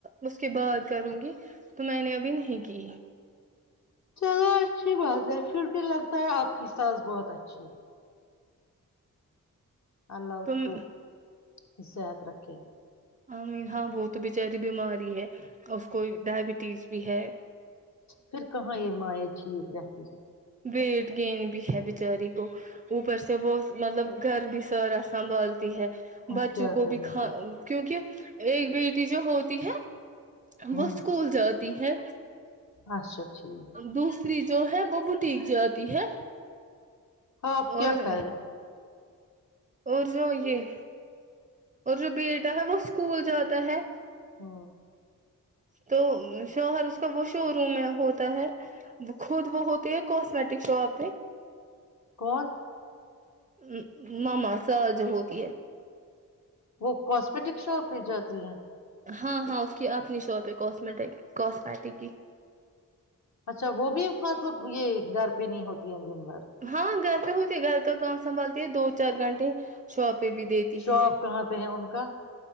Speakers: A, on the right; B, on the left.
A: اس کے بعد کروں گی تو میں نے ابھی نہیں کی
B: چلو اچھی بات ہے پھر بھی لگ تا ہے آپ کی سس بہت اچھی ہے اللہ اس
A: تم
B: کو ح صحت رکھے
A: ام ہاں بہت بچاری بیماری ہے اس کو ڈائبٹیز بھی ہے
B: پھر کہاں یہ ماں یہ ٹھیک رہ جی سر
A: ویٹ گین بھی ہے بچاری کو اوپر سے بہت مطلب گھر بھی سارا سنبھال ہے
B: ہم
A: بچوں
B: کیا
A: کو
B: کریں
A: بھی کا
B: گے
A: کیونکہ ایک بیٹی جو ہوتی ہے
B: ہاں
A: وہ اسکول جات ہے
B: اچھا ٹھیک
A: دوسری جو ہے وہ بٹیک جاتی ہے
B: ہاں آپ کیا
A: اور
B: کر رہے
A: اور جو یہ اور جو بیٹا ہے وہ اس اسکول جاتا ہے
B: ہ
A: تو شوہر اس کا وہ شو روم ہے ہوتا ہے خود وہ ہوتی ہے کاسمیٹک شاپ میں
B: کون
A: ا ماما سر جو ہوتی ہے
B: وہ کاسمیٹک شاپ پ جاتی ہیں
A: ہاں ہاں اس کی اپنی شاپ ہے کاسمیٹک کاسمیٹک کی
B: اچھا وہ بھی مطلب یہ گھر پہ نہیں ہوتا دین بار
A: ہاں گھر ہوتی ہے گھر کا کام سنبھالتی ہے دو چار گھنٹے شاپ پہ بھی دیتی
B: شاپ
A: ہے
B: کہاں پہ ہیں ان کا